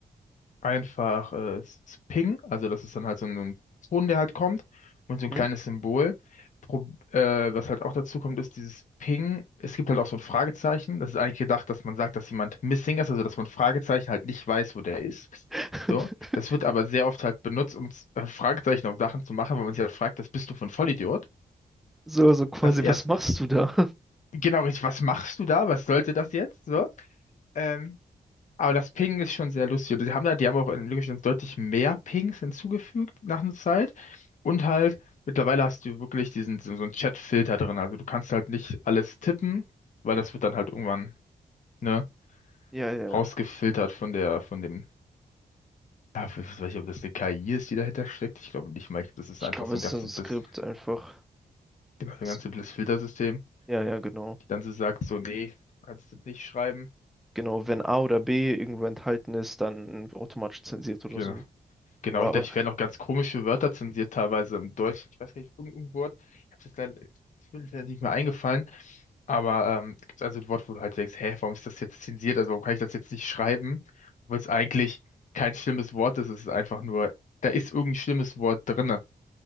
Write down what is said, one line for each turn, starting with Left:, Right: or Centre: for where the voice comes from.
Left: einfach äh, s- s- Ping, also das ist dann halt so ein, so ein Ton, der halt kommt und so ein
Centre: Mhm.
Left: kleines Symbol. Pro, äh, was halt auch dazu kommt, ist dieses Ping. Es gibt halt auch so ein Fragezeichen. Das ist eigentlich gedacht, dass man sagt, dass jemand missing ist, also dass man Fragezeichen halt nicht weiß, wo der ist.
Centre: <laughs>
Left: So, das wird aber sehr oft halt benutzt, um z- äh, Fragezeichen auf Sachen zu machen, weil man sich halt fragt, das bist du von Vollidiot?
Centre: So, also quasi,
Left: Das erst,
Centre: was machst du da?
Left: genau richtig, was machst du da? Was sollte das jetzt? So, ähm, aber das Ping ist schon sehr lustig. Die haben da, die haben auch in League of Legends deutlich mehr Pings hinzugefügt nach einer Zeit. Und halt, mittlerweile hast du wirklich diesen, so so einen Chat-Filter drin. Also du kannst halt nicht alles tippen, weil
Centre: Ja,
Left: das wird dann halt irgendwann, ne,
Centre: ja, ja. ja.
Left: rausgefiltert von der, von dem, ja, ich weiß nicht, ob das eine KI ist, die dahinter steckt. Ich glaube nicht mal. Ich glaub, Das ist
Centre: Ich
Left: einfach
Centre: glaube,
Left: so
Centre: es
Left: ein ganz
Centre: ist so ein
Left: simples,
Centre: Skript einfach.
Left: genau, so ein
Centre: S-
Left: ganz simples Filtersystem,
Centre: Ja, ja, genau.
Left: die dann so sagt, so, nee, kannst du nicht schreiben.
Centre: Genau, wenn A oder B irgendwo enthalten ist, dann automatisch zensiert oder
Left: Genau.
Centre: so.
Left: Genau,
Centre: Boah,
Left: ich
Centre: aber,
Left: glaube, ich werde auch ganz komische Wörter zensiert, teilweise im Deutschen. Ich weiß gar nicht, irgendein Wort. Ich habe das leider, das will jetzt nicht mehr eingefallen. Aber ähm, gibt also ein Wort, wo du halt denkst, hä, warum ist das jetzt zensiert? Also warum kann ich das jetzt nicht schreiben? Obwohl es eigentlich kein schlimmes Wort ist. Es ist einfach nur, da ist irgendein schlimmes Wort drinne.